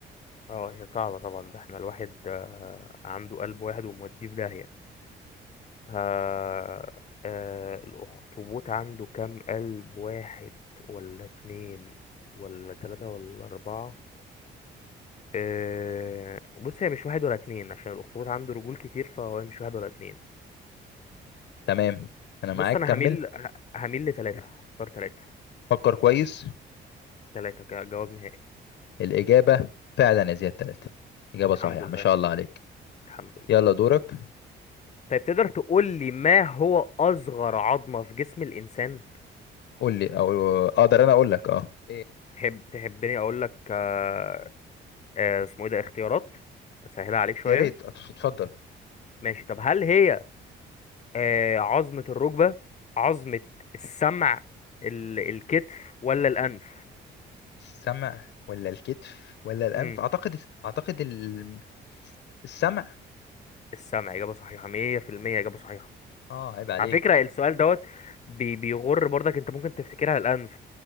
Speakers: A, on the left (about 35°); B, on the left (about 70°).
A: اه هي صعبة طبعا ده احنا الواحد آه، عنده قلب واحد وموديه في داهية ها آه الأخطبوط عنده كام قلب واحد ولا اتنين ولا تلاتة ولا أربعة آه بص هي مش واحد ولا اتنين عشان الأخطبوط عنده رجول كتير فهو مش واحد ولا اتنين
B: تمام انا معاك
A: بص أنا
B: كمل
A: هميل ه- هميل لتلاتة هختار تلاتة
B: فكر كويس
A: تلاتة كجواب نهائي
B: الاجابة فعلا يا زياد تلاتة اجابة
A: الحمد
B: صحيحة
A: لله
B: ما شاء الله عليك
A: الحمد لله
B: يلا دورك
A: طيب تقدر تقول لي ما هو أصغر عظمة في جسم الإنسان
B: قول لي او اقدر انا اقول لك اه إيه،
A: تحب تحبني أقول لك آه آه اسمه إيه ده اختيارات أسهلها عليك شوية
B: يا ريت أت- اتفضل
A: ماشي طب هل هي آه، عظمة الركبة عظمة السمع ال- الكتف ولا الأنف
B: السمع ولا الكتف ولا الانف
A: مم.
B: اعتقد اعتقد ال... السمع
A: السمع إجابة صحيحة 100% إجابة صحيحة
B: اه عيب عليك
A: على فكرة السؤال دوت بي- بيغر برضك أنت ممكن تفتكرها الأنف